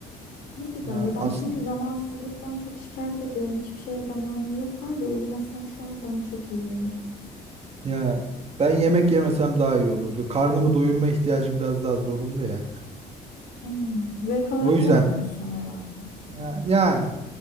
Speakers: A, on the left; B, on the right.
A: Ne güzel
B: Yani
A: ya ben
B: aslında
A: çünkü zamansızlıktan çok şikayet ediyorum. Hiçbir şeye zamanım yok var ya uyumasam şu an bana çok iyi gelirdi.
B: ya ben yemek yemesem daha iyi olurdu. Karnımı doyurma ihtiyacı biraz daha zorunlu ya.
A: Hmm, zevk alarak
B: O yüzden
A: yapmıyorsun herhalde.
B: ha, yani